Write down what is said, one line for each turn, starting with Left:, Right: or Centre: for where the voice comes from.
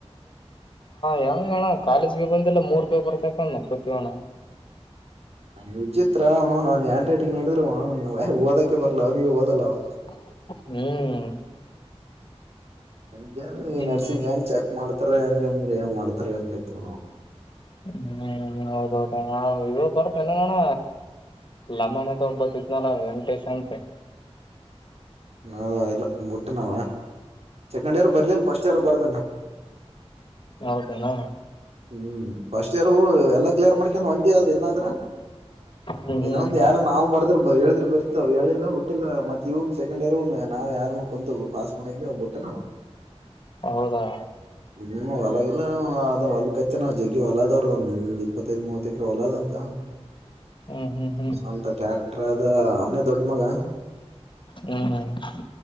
Left: ಹೆಂಗಣ ಕಾಲೇಜ್ಗೆ ಬಂದಲ್ಲ ಮೂರ್ ಪರತಂದ ಪತಣ
Right: ನಂಗ ವಿಚಿತ್ರ ಅವನು ನ ಹಂಡ್ ರೈಟಿಂಗ್ ನೋಿದ್ರೆ ಅವ ಓದಕಕ್ಕೆ ಬರ್ಲ್ಲ ಅವನಿಗೆ ಓದಲ್ಲ ಅವ
Left: ಹ್ಮ್
Right: ಹಂಗೆ ಅ ಈ ನರ್ಸಿಂಗ್
Left: ಹ್ಮ್
Right: ಹೆಂಗ ಚೆಕ್ ಮಾಡ್ತಾರ ಹೆಂಗ ಹೆಂಗ್ ಹೆಂಗ್ ಮಾಡ್ತಾರ ಅಂತಿತ್ತು
Left: ಹ್ಮ್ ಹೌದೌಟಾ ನಾ ಇೋ ಬರತಲ್ಲ ನಾನ ಲಮ್ಮಣೆ ಅಂತ ಒಬ್ಬ ಇದ್ನಲ್ಲ ವೆಂಕಟೇಶ್ ಅಂತ
Right: ನಾವ ಇಲ್ಲ ಬುಟ್ಟ ನಾವ ಛೆಕೆಂಡ್ ಇಯರ್ ಬರ್ಲಿಲ್ಲ ಫಸ್ಟ್ ಇಯರ್ ಬರ್ದನ.
Left: ಹೌದನ.
Right: ಹ್ಮ ಫಸ್ಟ್ ಇಯರ್ ಎಲ್ಲಾ ಕ್ಲಿಯರ್ ಮಾಡ್ಕೊಂಡ ಹೊಂಟಿ ಅದ ಇನ್ನಾದ್ರ
Left: ಹ್ಮ್
Right: ಇನ್ನೊಂದ
Left: ಹ್ಮ್
Right: ಯಾರ ನಾವು ಬರ್ದ್ರರು ಹೇಳಿದ್ರರು ಬರ್ತವ ಹೇಳಿಲ್ಲ ಹುಟ್ಟಿಲ್ಲ ಮತ್ತ ಇವನ್ ಸೆಕೆಂಡ್ ಇಯರ್ ಏ ನಾವ ಯಾರನ್ನು ಕುಂತ ಪಾಸ್ ಮಾಡಗಿಲಾ ಬಿಟ್ಟಿವ ನಾವು
Left: ಹೌದಾ.
Right: ಹ್ಮ ಹೊಲಗಲ್ಲ ಅದ ಹೊಲ ಕಚ್ಚನ ಜಗ್ಗಿ ಹೊಲದವ್ರದ ಒಂದ್ ಇಪ್ಪತ್ತೈದ್ ಮೂವತ್ತ ಎಕ್ರ ಹೊಲದಂತ.
Left: ಹ್ಮ್ ಹ್ಮ್ ಹ್ಮ್
Right: ಸ್ವಂತ ಟ್ಯಾಕ್ಟರ್ ಅದ ಅವನೇ ದೊಡ್ಡ ಮಗ.
Left: ಹ್ಮ್